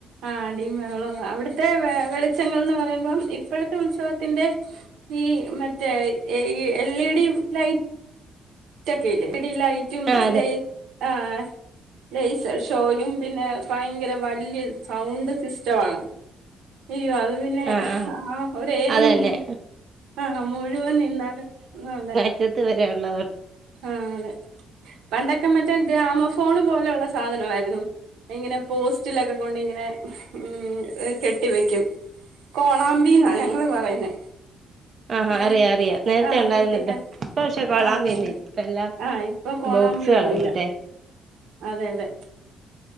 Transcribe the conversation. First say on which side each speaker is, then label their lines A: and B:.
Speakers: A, on the right; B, on the right.
A: ആഹ് അടിയും ബവളോം അവിട്ത്തെ വെ വെളിച്ചങ്ങൾന്ന് പറയുമ്പം ഇപ്പഴത്തെ ഉത്സവത്തിന്റെ ഈ മറ്റേ എൽ ഇ ഡി ലൈറ്റ് റ്റക്കെല്ലേ ഇടയിലായിറ്റും
B: ആഹ്
A: ഇല്ലെ
B: അതെ
A: ആ.. ലെസർ ഷോയും പിന്നെ ഭയങ്കര വലിയ സൗണ്ട് സിസ്റ്റവാണ്. അയ്യോ അത് പിന്നെ
B: ആഹ് ആഹ്
A: ആ ഒരു ഏരിയ
B: അതന്നെ
A: മുഴു ആഹ് മുഴുവൻ നിന്നാണ് ആഹ് അതെ.
B: റ്റത്ത് വരെ ഉള്ളവർ.
A: ആഹ് അതെ പണ്ടൊക്കെ മറ്റേ ഗ്രാമഫോൺ പോലെയുള്ള സാധനയിരുന്നു. ഇങ്ങനെ പോസ്റ്റിലൊക്കെ കൊണ്ടിങ്ങനെ ഉം കെട്ടി വെക്കും. കോളാമ്പീന്നാ ഞങ്ങള് പറയുന്നേ
B: ആഹാ
A: ഏഹ്
B: അറിയാം അറിയാം നേരത്തെ
A: എഹ്
B: ഉണ്ടായിരുന്നല്ലോ
A: കുട്ടിക്കാല
B: ഇപ്പൊ പക്ഷെ കൊള്ളാൻ
A: ആ അതെ
B: പോന്നില്ല
A: അതെ.
B: ഇപ്പ എല്ലാം
A: ആഹ് ഇപ്പൊ കോളാമ്പിയൊന്നുല്ല
B: ബോക്സുകളായി മറ്റേ
A: അതെ അതെ.